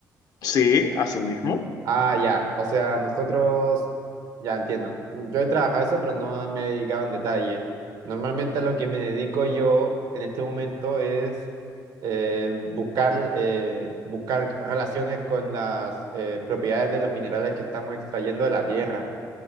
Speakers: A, on the left (about 65°); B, on the right (about 85°).
A: Sí, así mismo.
B: Ah, ya. O sea, nosotros, ya entiendo. Yo he trabajado eso, pero no me he dedicado en detalle. Normalmente a lo que me dedico yo en este momento es eh, buscar, eh, buscar relaciones con las eh, propiedades de los minerales que estamos extrayendo de la tierra.